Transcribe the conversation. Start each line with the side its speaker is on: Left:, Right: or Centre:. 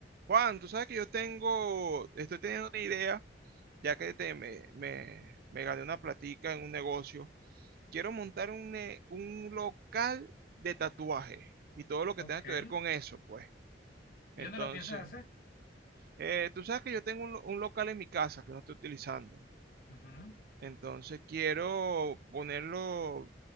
Right: Juan, tú sabes que yo tengo, estoy teniendo una idea, ya que te, me, me, me gané una platica en un negocio. Quiero montar un, ne- un local de tatuaje y todo lo que
Left: Ok.
Right: tenga que ver con eso, pues. Entonces,
Left: ¿Y dónde lo piensas hacer?
Right: eh, tú sabes que yo tengo un, lo- un local en mi casa que no estoy utilizando.
Left: Ujú,
Right: Entonces, quiero ponerlo